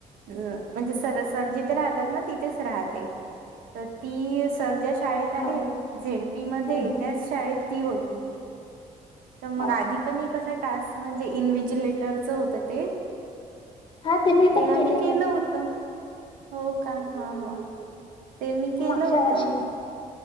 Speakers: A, on the right (about 80°); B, on the left (about 35°).
A: म्हणजे सर सर जिथे राहतात ना तिथेच राहते. तर ती सर ज्या शाळेत आहे
B: हो
A: झेड पी मध्ये
B: हम्म, हम्म.
A: त्याच शाळेत ती होती. तर मग
B: हो
A: आधी पण एक असा टास्क म्हणजे इनव्हजिलेटरच होत ते
B: हा मी
A: ते
B: पण केलेलं
A: आम्ही केलं
B: आहे
A: हो त हो का हा हा ते मी केलं
B: मागच्या
A: होतं.
B: वर्षी